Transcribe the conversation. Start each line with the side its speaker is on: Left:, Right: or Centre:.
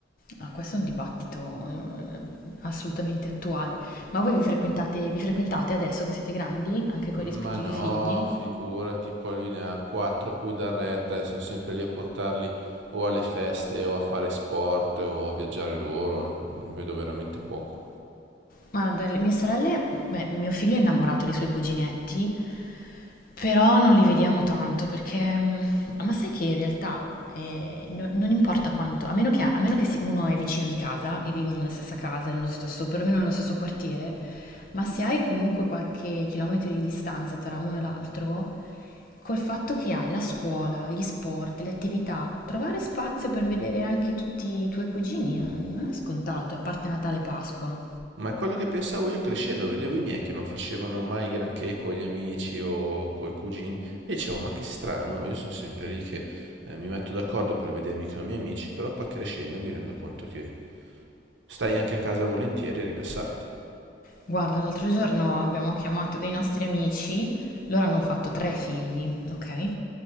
Left: Ah, questo è un dibattito eh, assolutamente attuale. Ma voi vi frequentate, vi frequentate adesso che siete grandi, anche
Right: Ma
Left: con i rispettivi
Right: no,
Left: figli?
Right: figurati, poi lui ne ha quattro a cui dar retta e sono sempre lì a portarli o alle feste o a fare sport o a viaggiare loro, ne vedo veramente poco.
Left: Ma dalle mie sorelle, beh, mio figlio è innamorato dei suoi cuginetti Però non li vediamo tanto perché, mh, ma sai che in realtà eh, no- non importa quanto, a meno che, a meno che si- uno è vicino di casa e vivi nella stessa casa, nello stesso, perlomeno nello stesso quartiere, ma se hai comunque qualche chilometro di distanza tra uno e l'altro, col fatto che hai la scuola, gli sport, le attività, trovare spazio per vedere anche tutti i tuoi cugini non non è scontato, a parte Natale e Pasqua.
Right: Ma è quello che pensavo io crescendo, vedevo i miei che non facevano mai granché con gli amici o con i cugini e dicevo, ma che strano, io sono sempre lì che eh, mi metto d'accordo per vedermi con i miei amici, però poi crescendo mi rendo conto che stai anche a casa volentieri a rilassarti.
Left: Guarda, l'altro giorno abbiamo chiamato dei nostri amici, loro hanno fatto tre figli, ok?